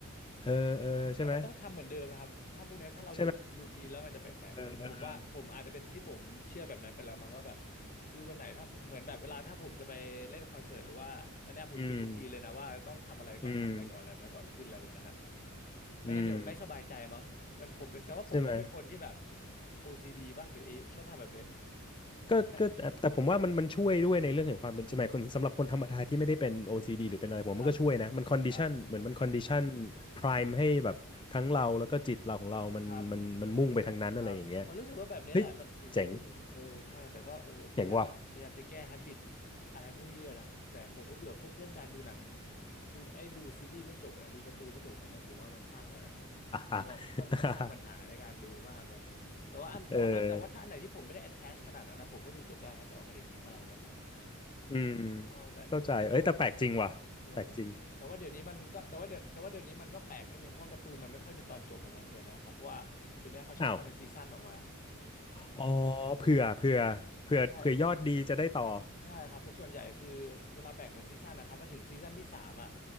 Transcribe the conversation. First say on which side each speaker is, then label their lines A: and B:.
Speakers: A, on the left (about 25°); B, on the left (about 40°).
A: เออเออใช่ไหม
B: แต่มันต้องทำเหมือนเดิมนะครับถ้าพวกเนี้ยถ้าเราหลุดรูทีนแล้วมันจะแปลกๆนึงผมว่าผมอาจจะเป็นที่ผมเชื่อแบบนั้นไปแล้วมั้งว่าแบบ
A: ใช่ไหมเออเออ
B: คือวันไหนถ้าเหมือนแบบเวลาถ้าผมจะไปเล่นคอนเสิร์ตหรือว่าอันเนี้ยผมจะมีรูทีนเลยนะว่าต้องทำอะไรก่อนทำอะไรก่อนอะไรแบบนะก่อนขึ้นอะไรแบบนั้นอะ
A: อืมอืม
B: ไม่งั้นเดี๋ยวมันไม่สบายใจมั้งมันผมเป็นแสดงว่าผมก็เป็นคนที่แบบ
A: อืมใช่ไหม
B: OCD ป่ะหรือเอใช่ป่ะแบบเนี้ย
A: ก็ก็แต่แต่ผมว่ามันมันช่วยด้วยในเรื่องของความเป็นจริงหมายคนสำหรับคนธรรมดาที่ไม่ได้เป็น
B: นะ
A: OCD หรือเป็นอะไรผมว่ามันก็ช่วยนะมันคอนดิชันเหมือนมันคอนดิชัน
B: ครับครับ
A: พราให้แบบทั้งเราแล้วก็จิตเราของเรามันมันมันมุ่งไปทางนั้นอะไรอย่างเงี้ย
B: ครับ ครับมันรู้สึกว่าแบบนี้แหละมันถึงจะพุ่งเออใช่แต่ก็เออพยายามจะพยายามจะแก้แฮบิต
A: เฮ้ยเจ๋งเจ๋งว่ะ
B: อะไรพวกนี้เยอะนะแต่ผมก็เบื่อพวกเรื่องการดูหนังดูไอ้ดูซีรีส์ไม่จบอะดูการ์ตูนไม่จบเนนะผมว่ามันคลั่งไปหน่อยมันแบบค่อนข้างสร้างปัญหาในการดูมากเลยแต่ว่าอันแต่ว่าเอาแต่ว่าถ้าอันไหนที่ผมไม่ได้
A: <laughs> เออ
B: attach ขนาดนั้นนะผมก็ดูจบได้นะแบบว่าไม่ได้คิดอะไรแบบนั้น
A: อืม
B: อ๋อแต่อันไหนที่ผมชอบเนี่ย
A: เข้าใจเอ้ยแต่แปลกจริงว่ะแปลกจริง
B: เออผมจะไม่แต่ว่าเดี๋ยวนี้มันก็แต่ว่าเดี๋ยวแต่ว่าเดี๋ยวนี้มันก็แปลกนิดนึงเพราะการ์ตูนมันไม่ค่อยมีตอนจบอะนะเดี๋ยวนะครับเพราะว่าเดี๋ยวนี้เขาชอบทำเป็นซีซั่นออกมา
A: <laughs> อ้าวอ๋อเผื่อเผื่อเผื่อเผื่อยอดดีจะได้ต่อ
B: ใช่ ใช่ครับแต่ส่วนใหญ่คือเวลาแบ่งเป็นซีซั่นนะครับมันถึงซีซั่นที่สามอ่ะ